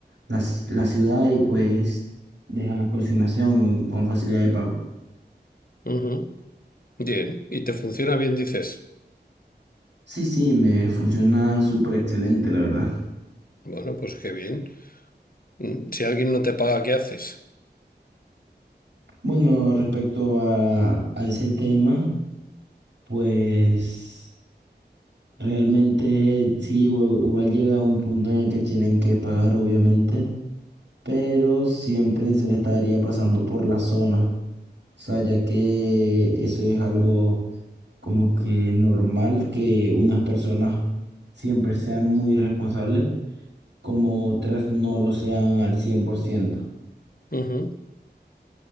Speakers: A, on the right (about 80°); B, on the left (about 55°).
A: la ci- la ciudad y pues deja la consignación con facilidad de pago.
B: ujú. Bien, ¿y te funciona bien, dices?
A: Sí, sí, me funciona súper excelente, la verdad.
B: Bueno, pues qué bien. Mm, Si alguien no te paga, ¿qué haces?
A: Bueno, respecto a, a ese tema, pues realmente sí, igu- igual llega un punto en el que tienen que pagar, obviamente, pero siempre se le estaría pasando por la zona. O sea, ya que eso es algo como que normal que unas personas siempre sean muy responsables, como otras no lo sean al cien por ciento
B: Ujú.